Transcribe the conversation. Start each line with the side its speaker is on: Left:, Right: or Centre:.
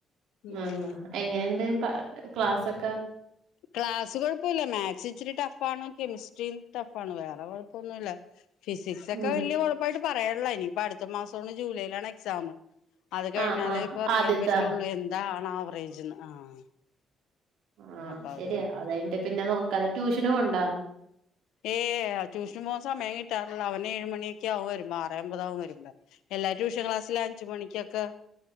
Left: ഉം
Right: ആഹ് എങ്ങനണ്ട് പാ ക്ലാസ്സൊക്കെ
Left: ക്ലാസ്സ് കുഴപ്പുല്ല മാക്സ് ഇച്ചിരി ട്ട ഫാണോ കെമിസ്റ്റ്രീ ടാഫാണ് വേറെ കൊയ് കൊന്നുല്ല. ഫിസിക്സ് ഒക്കെ
Right: ഉം
Left: വല്യയ കൊഴപ്പായിട്ട് പറയണ്ല്ല ഇനി പ്പ അടുത്ത മാസോണ് ജൂലൈയിലാണ് എക്സാമ് അത് കഴിഞ്ഞാലേ
Right: ആ ആ
Left: ഇപ്പറിയാൻ
Right: ആദ്യത്താ
Left: പറ്റൊള്ളൂ എൻ താണാ ആവറേജ് ആഹ്.
Right: ആഹ്
Left: അപ്പൊ
Right: ശരി
Left: അതുകൊണ്ട്
Right: അതായിണ്ട് പിന്നെ നോ കാല ട്യൂഷന് പോവ്ണ്ടാ?
Left: ഏഹ് ട്യൂഷൻ പോകാൻ സമയം കിട്ടാറില്ല അവന് ഏഴുമണിയൊക്കാവുരുമ്പോ ആറെ അമ്പതാവും വരുമ്പോ. എല്ലാ ട്യൂഷൻ ക്ലാസ്സില് അഞ്ചു മണിക്കൊക്കെ